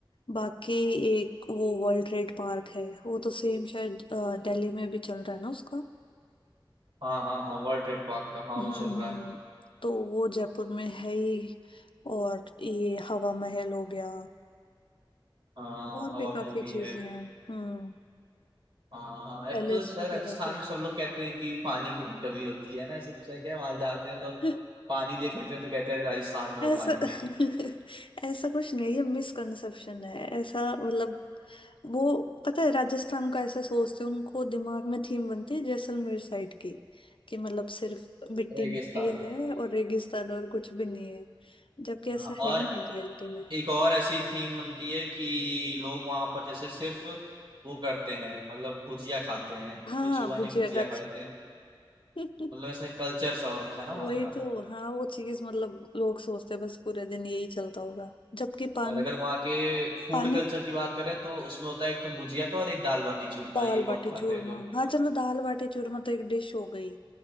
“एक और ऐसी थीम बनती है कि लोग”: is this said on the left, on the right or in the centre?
Right